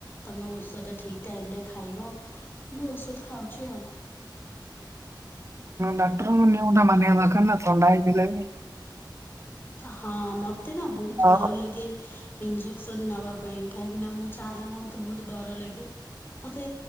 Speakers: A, on the left; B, on the right.
A: ତୁମେ ଔଷଧ ଠିକ୍ ଟାଇମରେ ଖାଇବ। ନ ଔଷଧ ଖାଉଛି ଆଉ
B: ଡାକ୍ତରଙ୍କୁ ନିୟମ ମାନିବା ଦରକାର ନା ଥଣ୍ଡା ହେଇଥିଲେ ବି
A: ହଁ ମତେ ନା ବହୁତ
B: ହଁ
A: ଡର ଲାଗେ। ଇଞ୍ଜେକସନ ନେବା ପାଇଁ କାହିଁକିନା ମୁଁ ଚାହେଁ ନା ମୋତେ ବହୁତ ଡର ଲାଗେ। ମୋତେ